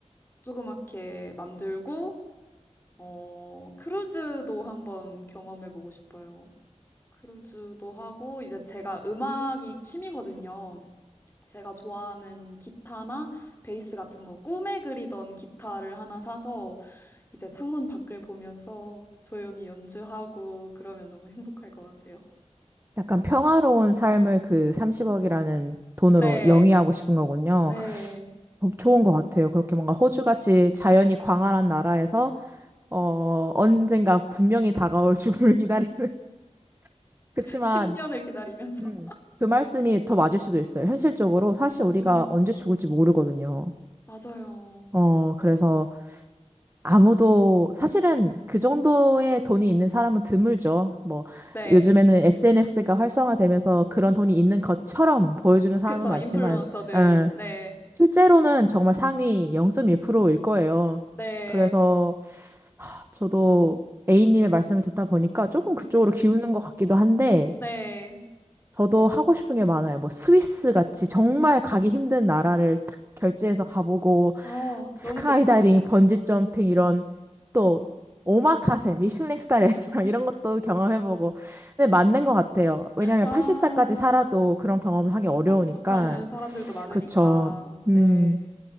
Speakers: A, on the left; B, on the right.
A: 조그맣게 만들고, 어, 크루즈도 한번 경험해 보고 싶어요. 크루즈도 하고, 이제 제가 음악이 취미거든요. 제가 좋아하는 기타나 베이스 같은 거, 꿈에 그리던 기타를 하나 사서 이제 창문 밖을 보면서 조용히 연주하고 그러면 너무 행복할 것 같아요.
B: 약간 평화로운 삶을 그 30억이라는 돈으로
A: 네.
B: 영위하고 싶은 거군요.
A: 네.
B: 어, 좋은 것 같아요. 그렇게 뭔가 호주같이 자연이 광활한 나라에서 어, 언젠가 분명히 다가올 죽음을 기다리는. <laughs> 그치만,
A: 10년을 기다리면서.
B: 음, 그 말씀이 더 맞을 수도 있어요. 현실적으로 사실
A: 음,
B: 우리가 언제 죽을지 모르거든요.
A: 맞아요.
B: 어, 그래서 아무도 사실은 그 정도의 돈이 있는 사람은 드물죠. 뭐
A: 네.
B: 요즘에는 SNS가 활성화되면서 그런 돈이 있는 것처럼 보여주는 사람은
A: 그쵸.
B: 많지만
A: 인플루언서들.
B: 어,
A: 네.
B: 실제로는 정말 상위 0.1%일 거예요.
A: 네.
B: 그래서 하, 저도 A님의 말씀을 듣다 보니까 조금 그쪽으로
A: <laughs>
B: 기우는 것 같기도 한데
A: 네.
B: 저도 하고 싶은 게 많아요. 뭐 스위스 같이 정말 가기 힘든 나라를 탁 결제해서 가보고
A: 아,
B: 스카이다이빙,
A: 너무 좋죠.
B: 번지 점핑 이런 또 오마카세, 미슐랭 스타 레스토랑 이런 것도 경험해보고 근데 맞는 것 같아요. 왜냐하면
A: 아,
B: 8살까지 살아도 그런 경험을 하기 어려우니까
A: 하지 못하는 사람들도 많으니까.
B: 그쵸. 음
A: 네.